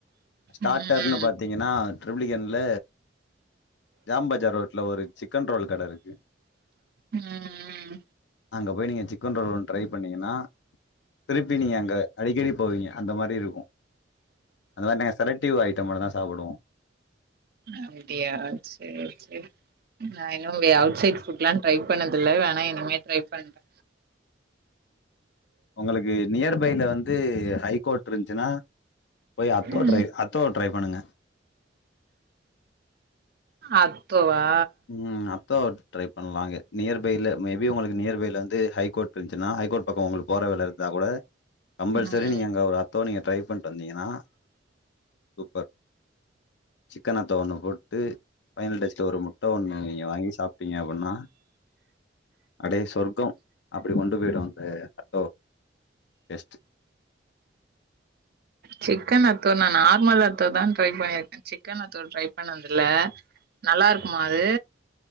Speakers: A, on the left; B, on the right.
A: ஸ்டார்டர்னு
B: ம்
A: பாத்தீங்கனா ட்ரிப்ளிகேன்ல ஜாம் பஜார் ரோட்ல ஒரு சிக்கன் ரோல் கட இருக்கு
B: ம்
A: அங்க போய் நீங்க சிக்கன் ரோல் ஒன் ட்ரை பண்ணீங்கனா திருப்பி நீங்க அங்க அடிக்கடி போவீங்க அந்த மாரி இருக்கோ அந்த மாரி நாங்க செலக்டிவ் ஐட்டம் மட்டுதா சாப்புடுவோ
B: அப்டியா சேரி சேரி நா இன்னு வே அவுட்சைட் ஃபுட்லா ட்ரை பண்ணன்தில்ல வேணா இனிமே ட்ரை பண்றே
A: உங்களுக்கு நியர்பைல வந்து ஹைகோர்ட் திருன்ச்சுனா போய் அத்தோ
B: ம்
A: ட்ரை அத்தோ ட்ரை பண்ணுங்க
B: அத்தோவா
A: உம் அ தோ ட்ரை பண்லாங்கு நியர்பைல மே பி உங்களுக்கு நியர்பைல வந்து ஹைகோர்ட் ருன்ச்சுனா ஹைகோர்ட் பக்கோ உங்களுக் போற வேல இருந்தா கூட கம்பல்செரி
B: ம்
A: நீங்க அங்க ஒரு அத்தோ நீங்க ட்ரை பண்ட்டு வந்தீங்கனா சூப்பர் சிக் கனத்தோ ஒன்னு போட்டு ஃபைனல் டச்ல ஒரு முட் ஒண்ணு நீங்க வாங்கி சாப்டீங்க அபின்னா அடே சொர்க்கம் அப்டி கொண்டு போய்டு அந்த அத்தோ டேஸ்ட்.
B: சிக்கனத் தோ நா நார்மல் அத்தோ தா ட்ரை பண்ணியிருக்கே சிக்கன் அத்தோ ட்ரை பண்ணதுல்ல நல்லாருக்குமா அது